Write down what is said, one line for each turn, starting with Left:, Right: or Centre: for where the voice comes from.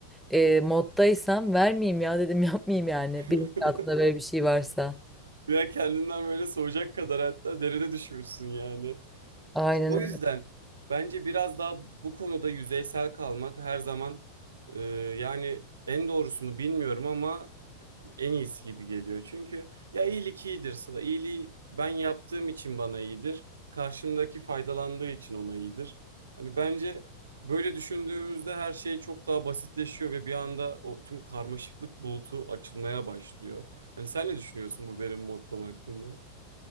Centre: e, moddaysam vermeyeyim ya dedim <laughs> yapmayayım yani
Right: <laughs>
Centre: bilinçaltında böyle bir şey varsa.
Right: Veya kendinden böyle soğuyacak kadar hatta derine düşmüşsün yani.
Centre: Aynen
Right: İşte o yüzden bence biraz daha bu konuda yüzeysel kalmak her zaman e, yani en doğrusu mu bilmiyorum ama en iyisi gibi geliyor. Çünkü ya iyilik iyidir Sıla. İyiliği ben yaptığım için bana iyidir. Karşımdaki faydalandığı için ona iyidir. Hani bence böyle düşündüğümüzde her şey çok daha basitleşiyor ve bir anda o tüm karmaşıklık bulutu açılmaya başlıyor. Hani sen ne düşünüyorsun bu benim mottom hakkında?